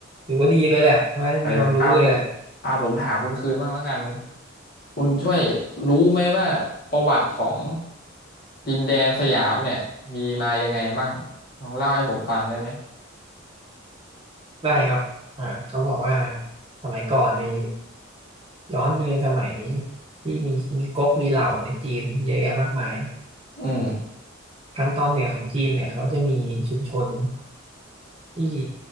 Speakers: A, on the right; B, on the left.
A: ถือว่าดีเลยแหละใช่ไหมมีความรู้เลยแหละ
B: เออเอาผมเอาผมถามคุณคืนบ้างแล้วกันคุณช่วยรู้ไหมว่าประวัติของดินแดนสยามเนี่ยมีมายังไงบ้างลองเล่าให้ผมฟังได้ไหม
A: ได้ครับอ่าเขาบอกว่าสมัยก่อนนี่ ย้อนไปในสมัยที่มีมีก๊กมีเหล่าในจีนเยอะแยะมากมาย
B: อืม
A: ทางตอนเหนือของจีนเนี่ยเขาจะมีชุมชนที่